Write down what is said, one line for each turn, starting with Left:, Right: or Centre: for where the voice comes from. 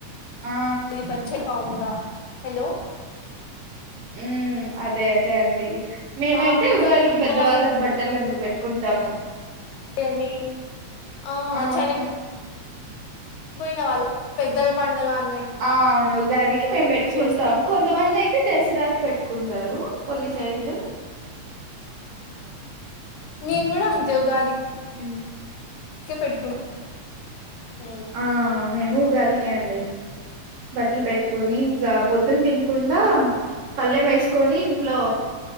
Right: ఆ
Left: ఇది పచ్చ పాముర హలో
Right: ఉమ్ అదే అదే అండి మేమైతే
Left: మామిడికాయలు
Right: ఉగాదికి
Left: అబ్బా
Right: పెద్దవాళ్ళకి బట్టలు అందుకు పెట్టుకుంటాము
Left: కని ఆ
Right: అవును
Left: చని పోయిన వాళ్ళకు పెద్దల పండగ అం
Right: ఆ అవును ఉగాదికి మేము పెట్టుకుంటాము
Left: చేసుకు
Right: కొంతమంది అయితే దసరా పెట్టుకుంటారు కొన్ని సైడ్లు
Left: మేము గుడ అంతే ఉగాది
Right: ఊ
Left: క్కే పెట్టుకు ఊ
Right: ఆ మేము ఉగాదికె అండి బట్టలు పెట్టుకొని ఇంకా పొద్దున్న తినకుండా పల్లెం వేసుకొని ఇంట్లో